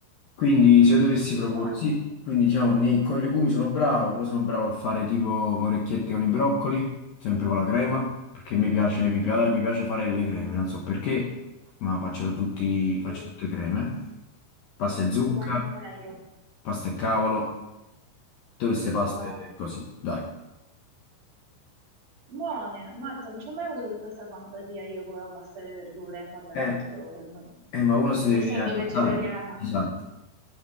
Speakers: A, on the left; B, on the right.
A: Quindi se io dovessi proporre,
B: Buono.
A: sì, quindi diciamo nei, con i legumi sono bravo, poi sono bravo a fare tipo orecchiette con i broccoli, sempre con la crema, perché mi piace, mi piace, mi piace fare le creme, non so perché, ma faccio, tutti, faccio
B: Eh,
A: tutte creme, pasta e zucca,
B: Si mangiano meglio.
A: pasta e cavolo, tutte queste paste
B: Buono.
A: così, dai.
B: Buone, ammazza, non ci ho mai avuto tutta questa fantasia io con la pasta alle verdure. Vabbè, appunto,
A: Eh,
B: non,
A: eh, ma uno si
B: non
A: deve
B: essendo
A: adattare,
B: vegetariana.
A: esatto.